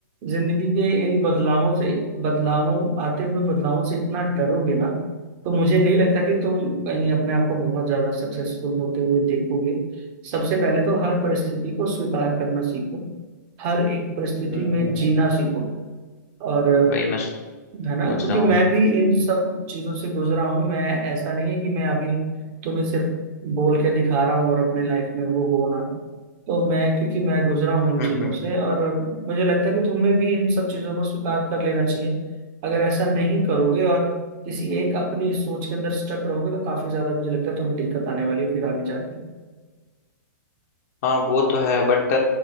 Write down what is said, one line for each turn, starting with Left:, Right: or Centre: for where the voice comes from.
Right: जिंदगी के इन बदलावों से बदलावों आते हुए बदलावों से इतना डरोगे ना तो मुझे नहीं लगता कि तुम कहीं अपने आप को बहुत ज्यादा सक्सेसफुल होते हुए देखोगे सबसे पहले तो हर परिस्थिति को स्वीकार करना सीखो हर एक परिस्थिति
Left: हम्म
Right: में जीना सीखो और
Left: वही मैं सोच
Right: है ना क्योंकि
Left: रहा
Right: मैं भी इन सब चीजों से गुजरा हूँ मैं ऐसा नहीं है कि मैं अभी तुम्हें सिर्फ बोल के दिखा रहा हूँ और अपने लाइफ में वो हो ना तो मैं क्योंकि मैं गुजरा हूँ
Left: हूँ
Right: इन चीजों से
Left: <laughs>
Right: और मुझे लगता है कि तुम्हें भी इन सब चीजों को स्वीकार कर लेना चाहिए अगर ऐसा नहीं करोगे और किसी एक अपनी सोच के अंदर स्टक रहोगे तो काफी ज्यादा मुझे लगता है तुम्हें दिक्कत आने वाली है फिर आगे जाके
Left: हाँ वो तो है बट